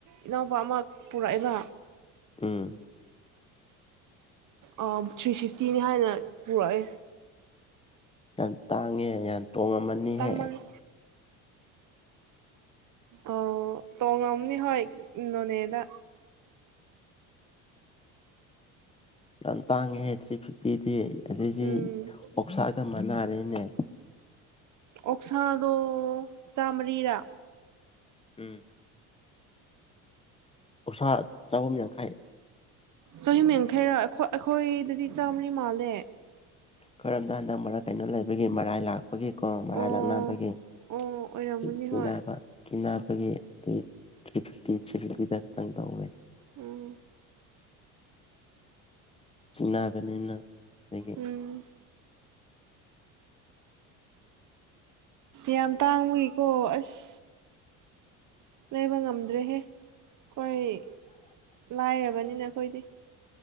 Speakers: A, on the right; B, on the left.
A: ꯏꯅꯥꯎꯄ ꯑꯃ ꯄꯨꯔꯛꯑꯦꯕ
B: ꯎꯝ
A: ꯑ ꯊ꯭ꯔꯤ ꯐꯤꯐꯇꯤꯅꯤ ꯍꯥꯏꯅ ꯄꯨꯔꯛꯑꯦ
B: ꯌꯥꯝ ꯇꯥꯡꯉꯦ ꯌꯥꯝ ꯇꯣꯡꯉꯃꯅꯤꯍꯦ
A: ꯇꯥꯡꯃꯜꯂꯦ ꯑ ꯇꯣꯡꯉꯝꯅꯤ ꯍꯣꯏ ꯅꯣꯅꯦꯗ
B: ꯌꯥꯝ ꯇꯥꯡꯉꯦꯍꯦ ꯊ꯭ꯔꯤ ꯐꯤꯐ ꯇꯤꯗꯤ ꯑꯗꯩꯗꯤ
A: ꯎꯝ
B: ꯑꯣꯛꯁꯥꯒ ꯃꯅꯥ ꯂꯩꯅꯦ
A: ꯑꯣꯛꯁꯥꯗꯣ ꯆꯥꯝꯃꯔꯤꯔ
B: ꯎꯝ ꯎꯁꯥ ꯆꯍꯨꯝ ꯌꯥꯡꯈꯥꯏ
A: ꯆꯍꯤꯍꯤ ꯌꯥꯡꯈꯩꯔ ꯑꯩꯈꯣꯏꯗꯗꯤ ꯆꯥꯝꯃꯔꯤ ꯃꯥꯜꯂꯦ
B: ꯀꯔꯝꯗ ꯍꯟꯗꯛ ꯃꯔꯒ ꯀꯩꯅꯣ ꯂꯩꯕꯒꯤ ꯃꯔꯥꯏ ꯂꯥꯛꯄ ꯒꯤꯀꯣ ꯃꯔꯥꯏ
A: ꯑꯣ
B: ꯂꯛꯅꯕꯒꯤꯤꯅꯕ
A: ꯑꯣ ꯑꯣꯏꯔꯝꯒꯅꯤ ꯍꯣꯏ
B: ꯑꯩꯒꯤ ꯊ꯭ꯔꯤ ꯐꯤꯞꯇꯤ ꯊ꯭ꯔꯤ ꯐꯤꯐꯇꯤꯗ ꯈꯛꯇꯪ ꯇꯧꯔꯦ
A: ꯎꯝ
B: ꯆꯤꯡꯅꯥꯕꯅꯤꯅ ꯑꯗꯒꯤ
A: ꯎꯝ ꯌꯥꯝ ꯇꯥꯡꯕꯨꯒꯤꯀꯣ ꯑꯁ ꯂꯩꯕ ꯉꯝꯗ꯭ꯔꯦꯍꯦ ꯑꯩꯈꯣꯏ ꯂꯥꯏꯔꯕꯅꯤꯅ ꯑꯩꯈꯣꯏꯗꯤ